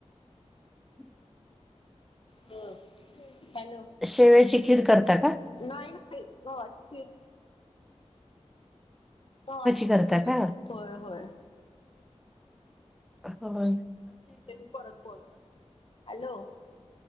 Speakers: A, in the centre; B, on the left.
A: हम्
B: ह हॅलो
A: शेवयाची खीर करता का
B: नाही नाही गवा्हाची खीर गव्हाची
A: करता
B: खीर करतोय
A: का?
B: होय होय
A: हो
B: ते मी परत फन हॅलो